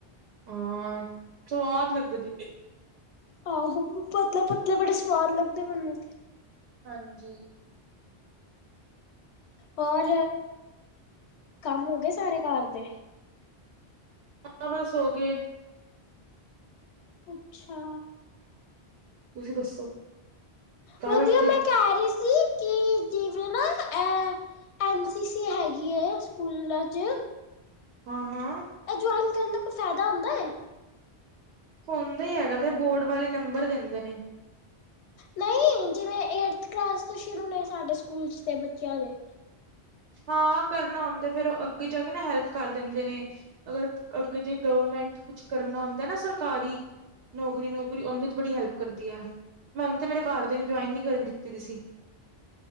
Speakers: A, on the right (about 75°); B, on the left (about 85°).
A: ਹਾਂ, ਸਵਾਦ ਲੱਗਦੇ ਜੇ।
B: ਆਹੋ, ਪਤਲੇ ਪਤਲੇ ਬੜੇ ਸਵਾਦ ਲੱਗਦੇ ਮੇਨੂੰ ਤੇ।
A: ਹਾਂਜੀ।
B: ਔਰ ਕੰਮ ਹੋਗੇ ਸਾਰੇ ਘਰ ਦੇ?
A: ਤਾਂ ਬਸ ਹੋਗੇ।
B: ਅੱਛਾ।
A: ਤੁਸੀ ਦੱਸੋ ਕਰ
B: ਵਧੀਆ
A: ਬੈਠੇ?
B: ਮੈਂ ਕਹਿ ਰਹੀ ਸੀ ਕਿ ਜਿਵੇਂ ਨਾ ਐ ਐਨ ਸੀ ਸੀ ਹੈਗੀ ਏ ਸਕੂਲਾਂ ਚ।
A: ਹਾਂ ਹਾਂ।
B: ਐ ਜੁਆਏਨ ਕਰਨ ਦਾ ਕੋਈ ਫੈਦਾ ਹੁੰਦਾ ਏ?
A: ਹੁੰਦਾ ਈ ਹੈਗਾ ਤੇ ਬੋਰਡ ਵਾਲੇ ਨੰਬਰ ਦੇਂਦੇ ਨੇ।
B: ਨਈ, ਜਿਵੇਂ ਏਟਥ ਕਲਾਸ ਤੋਂ ਸ਼ੁਰੂ ਨੇ ਸਾਡੇ ਸਕੂਲ ਚ ਤੇ ਬੱਚੇਆਂ ਦੇ।
A: ਹਾਂ ਕਰਨਾ ਹੁੰਦ ਫੇਰ ਅੱਗੇ ਜਾ ਕੇ ਨਾ ਹੈਲਪ ਕਰ ਦੇਂਦੇ ਨੇ। ਅਗਰ ਅੱਗੇ ਜੇ ਗਵਰਮੈਂਟ ਕੁਛ ਕਰਨਾ ਹੁੰਦਾ ਐ ਨਾ ਸਰਕਾਰੀ ਨੌਕਰੀ ਨੂਕਰੀ ਓਂਦੇ ਚ ਬੜੀ ਹੈਲਪ ਕਰਦੀ ਐ। ਮੈਨ ਤੇ ਮੇਰੇ ਘਰ ਦੇਆਂ ਨੇ ਜੁਆਇਨ ਨੀ ਕਰਨ ਦਿੱਤੀ ਦੀ ਸੀ।